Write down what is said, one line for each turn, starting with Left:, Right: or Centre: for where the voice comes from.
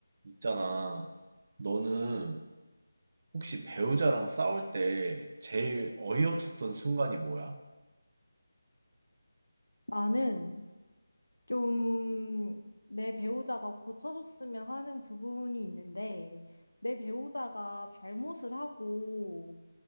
Right: 있잖아. 너는 혹시 배우자랑 싸울 때 제일 어이없었던 순간이 뭐야?
Left: 나는 좀 내 배우자가 고쳐줬으면 하는 부분이 있는데, 내 배우자가 잘못을 하고,